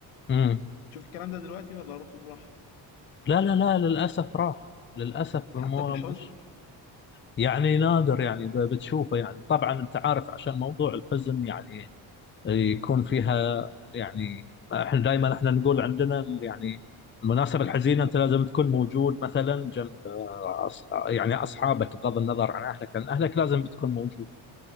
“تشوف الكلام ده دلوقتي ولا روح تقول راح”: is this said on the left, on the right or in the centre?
Left